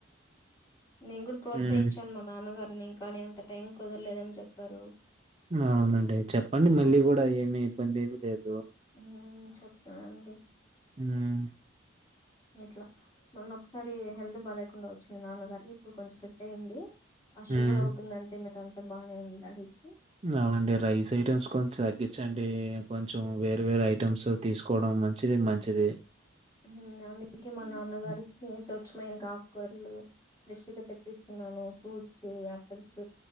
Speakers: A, on the left; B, on the right.
A: నేను కూడా ప్రోత్సహించాను
B: హ్మ్.
A: మా నాన్నగారిని కానీ అంత టైం కుదరలేదని చెప్పారు.
B: అవునండి చెప్పండి మళ్ళీ కూడా ఏమి ఇబ్బంది ఏమి లేదు.
A: ఉమ్ చెప్తుననండి.
B: హ్మ్.
A: ఇట్లా మొన్న ఒకసారి హెల్త్ బాగా లేకుండా వచ్చింది నాన్నగారికి ఇప్పుడు కొంచెం సెట్ అయింది. ఆ షుగర్
B: హ్మ్.
A: అవుతుంది అంతే మిత అంతా బానే ఉంది అడికి.
B: అవునండి రైస్ ఐటెమ్స్ కొంచం తగ్గించండి కొంచెం వేరే వేరే ఐటెమ్స్ తీసుకోవడం. మంచిది మంచిది.
A: హ్మ్ అందుకే మా
B: హ్మ్.
A: నాన్నగారికి స్వ చ్చమైన ఆకుకూరలు ఫ్రెష్గా తెప్పిస్తున్నాము. ఫ్రూట్స్ ఆపిల్స్